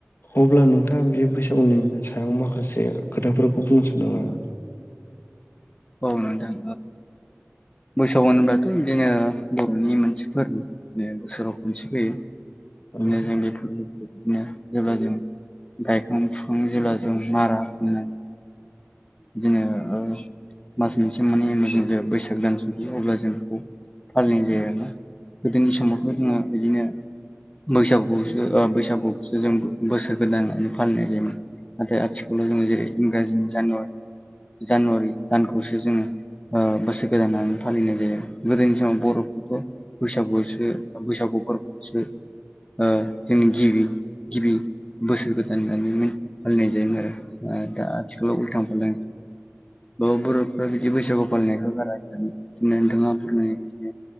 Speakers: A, on the left; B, on the left.
A: अब्ला नोंथाङा बे बैसागुनि सायाव माखासे खोथाफोरखौ बुंनो सानदों नामा
B: औ नोंथां बैसाग होनब्लाथ बिदिनो बर'नि मोनसे फोरबो बे बोसोराव खनसे फैयो बिदिनो
A: औ
B: जों बेफोर बिदिनो जेब्ला जों गायखां फुखां जेब्ला जों मारा होखांनाय बिदिनो ओ मास मोनसे मोननैनि उनाव जों जे बैसाग दान सोफैयो अब्ला जों बेखौ फालिनाय जायो आरोना गोदोनि समावथ जोङो बिदिनो बैसागुसो बैसागुखौसो जों बोसोर गोदानानो फालिनाय जायोमोन। नाथाय आथिखालाव जोङो जेरै इंराजिनि जानुवारि जानुवारि दानखौसो जोङो ओ बोसोर गोदान फालिनाय जायो गोदोनि समाव बर'फोरखौ बैसागुआवसो बैसागु फोरबोआवसो ओ जोंनि गिबि गिबि बोसोर गोदान होननानै माने फालिनाय जायोमोन आरो ओ दा आथिखालाव उलथां फालथां माने बर'फ्रा बिदि बैसागु फालिनायखौ बारा <unintelligible> बिदिनो नोंथाङा फोरमायनाय बादिनो।